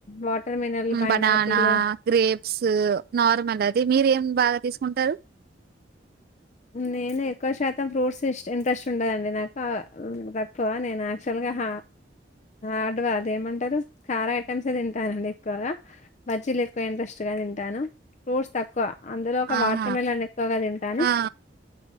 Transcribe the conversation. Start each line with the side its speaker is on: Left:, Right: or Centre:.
Left: వాటర్ మినరల్ పైనాపిల్
Right: బాణా అవునా గ్రేప్స్ నార్మల్ ఇది మీర ఏం బాగా తీసుకుంటారు.
Left: నేను ఎక్కువ శాతం ఫ్రూట్స్ ఇ ఇంట్రెస్ట్ ఉండదండి నాకు తక్కువ నేను సలగాహ హడ్గ ఏమంటారు కారా ఐటమ్స్ ఏ తింటానండి ఎక్కువగా బజ్జీలు ఎక్కువ ఇంట్రెస్ట్ గా తింట, తింటాను ఫ్రూట్స్ తక్కువ అందులో ఒక
Right: ఆహా!
Left: వాటర్ మిలన్ ఎక్కువగా తింటాను,
Right: ఆ!